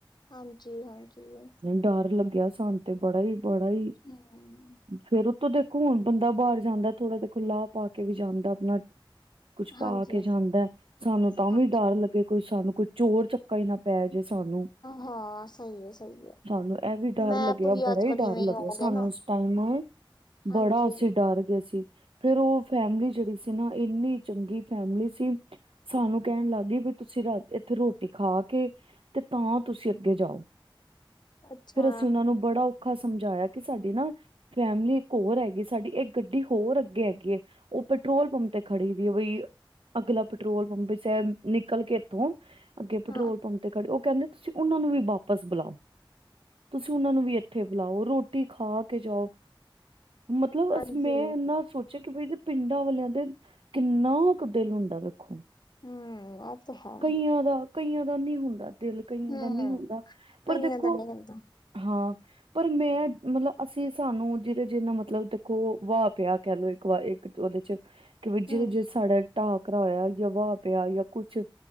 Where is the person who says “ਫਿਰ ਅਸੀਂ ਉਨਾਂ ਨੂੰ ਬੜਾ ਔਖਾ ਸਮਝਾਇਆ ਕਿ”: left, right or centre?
Right